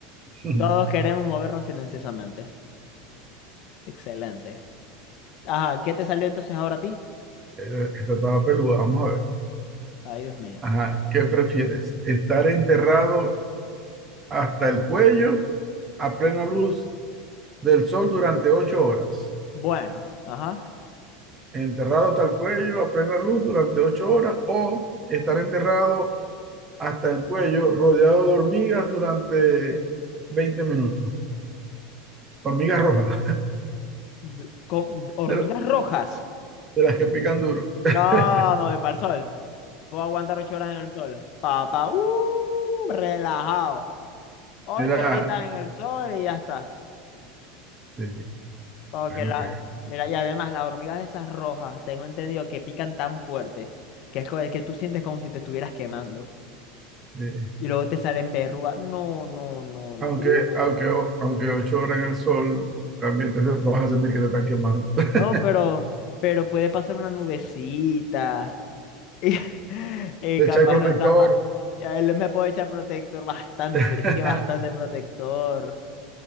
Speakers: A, on the right (about 15°); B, on the left (about 40°).
A: <laughs>
B: todos queremos movernos silenciosamente. Excelente. Ajá, ¿qué te salió entonces ahora a ti?
A: Esta esta estaba peluda, vamos a ver.
B: Ay, Dios mío.
A: Ajá, ¿qué prefieres? ¿Estar enterrado hasta el cuello a plena luz del sol durante ocho horas?
B: Bueno, ajá.
A: ¿Enterrado hasta el cuello a plena luz durante ocho horas? ¿O estar enterrado hasta el cuello rodeado de hormigas durante 20 minutos? Hormigas rojas,
B: D- Con hormigas
A: <laughs> de, de
B: rojas.
A: las que pican duro. <laughs>
B: No, no, voy para el sol. Puedo aguantar ocho horas en el sol. Papá, uh, relajado. Ocho
A: Mira,
B: horitas en el sol y ya está.
A: sí,
B: Porque
A: bueno
B: la.
A: que
B: Mira, y además las hormigas esas rojas, tengo entendido que pican tan fuerte que es co- que tú sientes como si te estuvieras quemando.
A: sí.
B: Y luego te salen verrugas. No, no, no, no.
A: Aunque,
B: Uh,
A: aunque, o- aunque ocho horas en el sol, también te vas a sentir que te están quemando. <laughs>
B: no, pero, pero puede pasar una nubecita. Y, <laughs> y
A: Te
B: capaz
A: echáis protector,
B: no tapa. A él me puedo echar protector bastante,
A: <laughs>
B: mire, es que bastante protector.